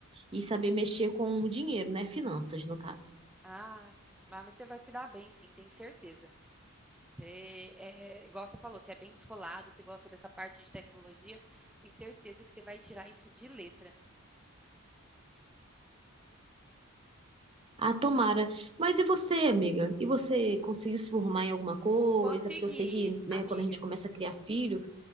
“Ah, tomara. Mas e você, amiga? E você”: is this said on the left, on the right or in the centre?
Right